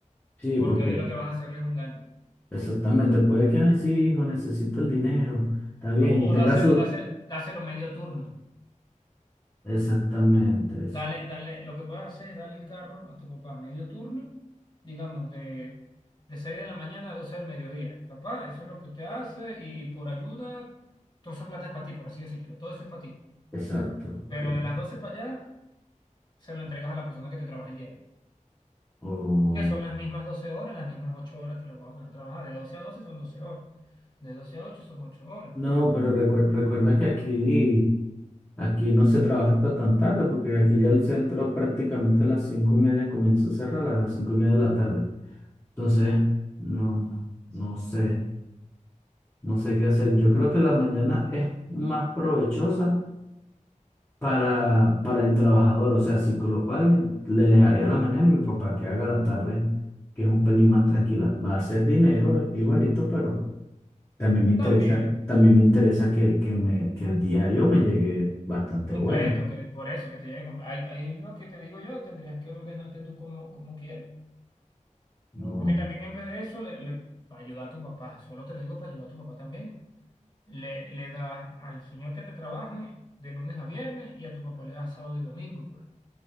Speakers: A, on the left; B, on the left.
A: Sí,
B: porque
A: porque
B: ahí lo que vas a hacerle es un daño.
A: Exactamente, puede que, ay, sí, hijo, necesito el dinero, está bien,
B: O,
A: y
B: o
A: tenga
B: dáselo,
A: su...
B: dáselo, dáselo medio turno.
A: Exactamente, es-
B: Dale, dale, lo que puedes hacer es darle el carro a tu papá medio turno, digamos, de, de 6 de la mañana a 12 del mediodía. Papá, eso es lo que usted hace y, y por ayuda, toda esa plata es para ti, por así decírtelo, todo eso es para ti.
A: exacto. ok.
B: Pero de las 12 para allá, se lo entregas a la persona que te trabaja el diario,
A: O-
B: que son las mismas 12 horas, las mismas 8 horas que lo vas a poner a trabajar. De 12 a 12 son 12 horas, de 12 a ocho son 8 horas.
A: No, pero recuer- recuerda que aquí, aquí no se trabaja hasta tan tarde, porque aquí ya el centro prácticamente a las cinco y media comienza a cerrar, a las cinco y media de la tarde. Entonces, no, no sé, no sé qué hacer. Yo creo que la mañana es más provechosa para, para el trabajador. O sea, si coloco a alguien, le dejaría la mañana y mi papá que haga la tarde, que es un pelín más tranquila. Va a ser dinero igualito, pero también me interesa,
B: También
A: también me interesa que, que, me, que el diario me llegue bastante
B: completo,
A: bueno.
B: que por eso, que te lleguen, con- ahí, ahí es lo que te digo yo, tendrías que ordenarte tú como, como quieres.
A: No.
B: Porque también en vez de eso, le, le, para ayudar a tu papá, solo te lo digo para ayudar a tu papá también, le, le das al señor que te trabaje de lunes a viernes y a tu papá le das sábado y domingo, pues.